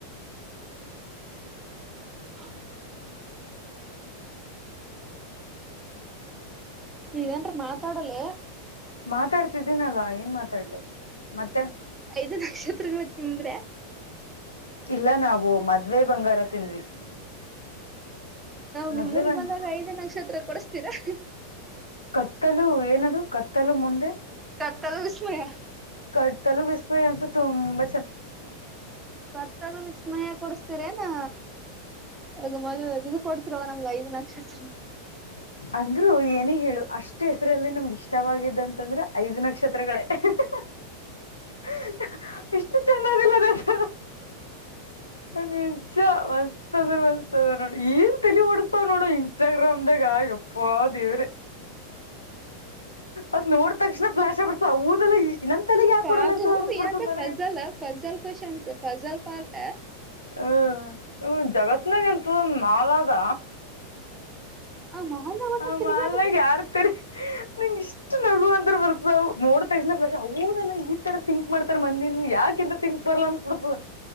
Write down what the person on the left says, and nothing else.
ಮಾತಾಡ್ತಿದ್ದೀನಲ್ಲ ಏನ್ ಮಾತಾಡ್ಲಿ ಮತ್ತೆ
ಇಲ್ಲ ನಾವು ಮದ್ವೆ ಬಂಗಾರ ತಿಂದ್ವಿ
ಮದ್ವೆ
ಬಂಗ
ಕತ್ತಲು ಏನದು ಕತ್ತಲು ಮುಂದೆ
ಕತಲು ಬಿಸ್ಮಯ ಅಂತ ತುಂಬ
ಅಂದ್ರು ಏನೇ ಹೇಳು ಅಷ್ಟ್ ಹೆಸರಲ್ಲಿ ನಮ್ಗೆ ಇಷ್ಟವಾಗಿದ್ದಂತಂದ್ರೆ ಐದ್ ನಕ್ಷತ್ರಗಳೇ <unintelligible> ಇಷ್ಟು ಚಂದದಿಲ್ಲ ದಸ ನಿಜ ಮಸ್ ತ ನೋಡಿ ಏನ್ ತಿಳ ಓಿಸಸ್ತಾವ್ ನೋಡು ಇನ್ಸ್ಟಾಗ್ರಾಮ್ಗ ಗ ಯಪ್ಪ ದೇವ್ರ ಅದ ನೋಡ್ ತಕ್ಷಣ ಫ್ಲಾಶ ಆಗಿಬಿಡ್ತು ಊದೆಲ್ಲ ನನ್ ತಲೆಗ್ ಯಾಕ
ಕೊಡಲ್ಲ ಅಂತ ಅನ್ಸ್ಬಿಡ್ತದ
ನನಗ
ಹ್ಮ ಇ ಜಗತ್ನಾಗ ಎಂತ ಮಾಲದ
ಆ
ಮಾಲ್ಗೆ ಯಾರ್ತರಿ ನಿಂ ಇಷ್ಟ ನಗು ಅಂತ ಬರ್ತದ ನೋಡ್ತ <unintelligible> ಅವದೆಲ್ಲ ಈ ತರ ತಿಂಕ್ ಮಾಡ್ತಾರ ಮಂದಿನ್ ಯಾಕಿಂತ ತಿಂಕ್ ಬರ್ಲ ಅನ್ಬಿಡ್ತದ